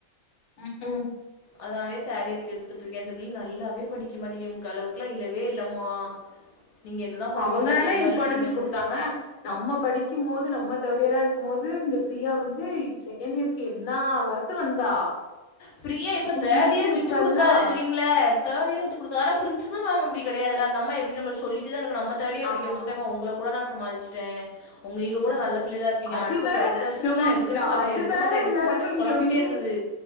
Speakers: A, on the left; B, on the left.
A: ம் ம்
B: அதுனாலயே தேர்ட் இயர்க்கு எடுத்துட்ருக்கே இந்த பிள்ள நல்லாவே படிக்க மாட்டிகு ஒங்க அளவுக்குலா இல்லவே இல்லம்மா நீங்க என்னதான் படிச்சு
A: அவங்கதான
B: விளையாண்டாலும்
A: இம்பார்டன்ஸ்
B: நீங்க வந்து
A: குடுத்தாங்க நம்ம படிக்கும்போது நம்ம தேர்டியரா இருக்கும்போது இந்த பிரியா வந்து செகண்டியருக்கு என்னா வர் த்து வந்தா
B: பிரியா இப்ப
A: இ- தூக்கி
B: தேர்டியர
A: தூக்கி வச்சால்லா
B: விட்டுக்குடுக்காது எதுலியு கும்ல தேர்டியர விட்டுக்குடுக்காது ஆனா பிருன்சுபல் மேம் அப்டி கெடையாதுல அந்தம்மா எப்டி நம்மட்ட சொல்லிட்டுதான இருக்கு நம்ம தேர்டியர்
A: ஆமா
B: படிக்க <unintelligible>
A: ஆமா
B: ஒங்கள கூட நா சமாளுச்சுட்டே உங்க ஈக கூட
A: ம்
B: நல்ல பிள்ளைகலாருக்கீங்க
A: அது
B: அடுத்த
A: வேற
B: பே அடுத்த வருஷத்துக்குதா
A: நம்ம
B: எடுக்கவே
A: நா
B: மாட்டே
A: அது
B: எடுக்க
A: வேற
B: மாட்டே எடுக்க
A: எல்லாருக்கு
B: மாட்டேனு
A: இங்க
B: பொழம்பிட்டேருந்தது
A: வந்து